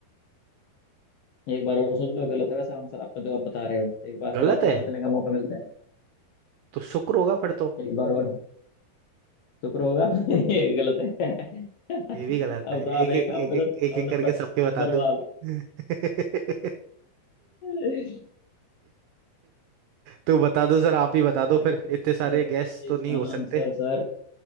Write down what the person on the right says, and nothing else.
गलत
है
तो शुक्र होगा फिर तो
ये भी गलत है एक
एक
एक
एक एक
एक करके
सबके बता
दूं
<laughs>
तो बता दो सर आप ही बता
दो फिर इतने
सारे गैस तो
नहीं हो
सकते